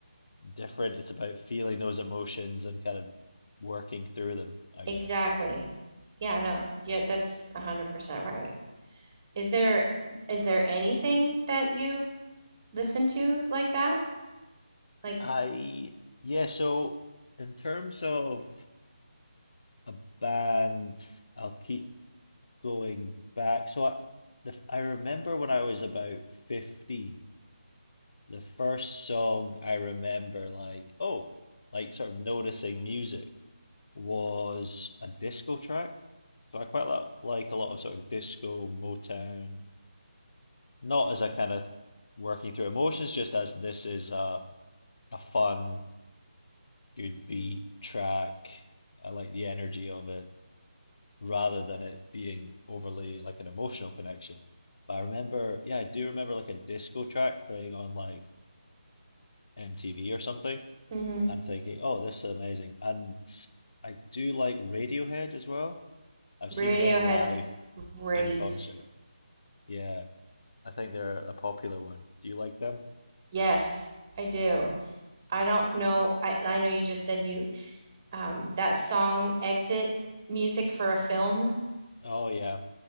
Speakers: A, on the left; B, on the right.
A: different. It's about feeling those emotions and kind of working through them, I
B: exactly.
A: guess.
B: Yeah, no, yeah, that's 100% right. Is there is there anything that you listen to like that? Like,
A: I yeah, so in terms of a band, I'll keep going back. So I, the, I remember when I was about 15, the first song I remember like, oh, like sort of noticing music was a disco track. So I quite like, like a lot of sort of disco, Motown, not as a kind of working through emotions, just as this is a a fun good beat track. I like the energy of it rather than it being overly like an emotional connection. But I remember, yeah, I do remember like a disco track playing on like MTV or something.
B: hmm
A: I'm thinking, oh, this is amazing. And I do like Radiohead as well. I've seen
B: Radiohead's
A: them live
B: great.
A: in concert. Yeah, I think they're a popular one. Do you like them?
B: Yes, I do. I don't know. I I know you just said you um, that song exit music for a film.
A: Oh, yeah,